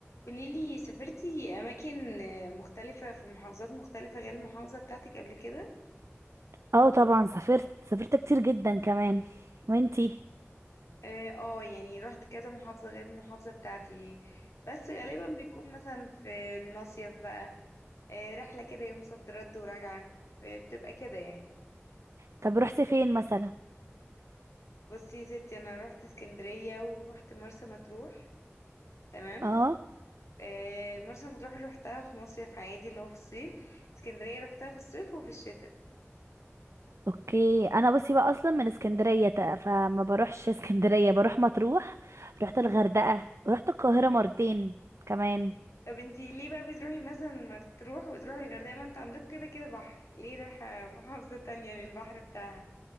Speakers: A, on the left (about 75°); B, on the right (about 75°).
A: قوليلي سافرتي أماكن آه، مختلفة في محافظات مختلفة غير المحافظة بتاعتك قبل كده؟
B: اه طبعا سافرت سافرت كتير جدا كمان وانتي
A: اه آه، يعني رحت كذا محافظة غير المحافظة بتاعتي بس غالبا بيكون مثلا في المصيف بقى آه، رحلة كده يوم صد رد وراجعة فبتبقى كده يعني
B: طب رحتي فين مثلا
A: بصي يا ستي أنا رحت اسكندرية ورحت مرسى مطروح تمام
B: اه
A: آه، مرسى مطروح روحتها في مصيف عادي اللي هو في الصيف اسكندرية روحتها في الصيف وفي الشتاء
B: اوكي انا بصي بقى اصلا من اسكندريه تا- فما بروحش اسكندريه بروح مطروح رحت الغردقه ورحت القاهره مرتين كمان
A: طب انتي ليه بقى بتروحي مثلا مطروح وتروحي الغردقة ما انت عندك كده كده بحر ليه رايحة محافظة تانية للبحر بتاعها